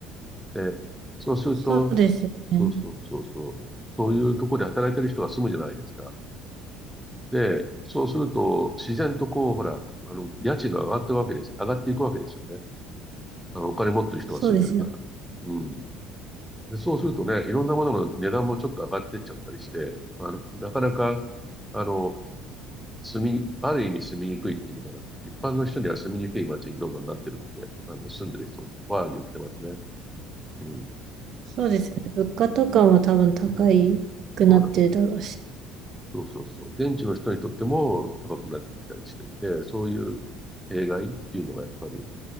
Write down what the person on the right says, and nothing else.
そうですよね。
そうですよ。
そうですよね。物価とかも多分高くなってるだろうし。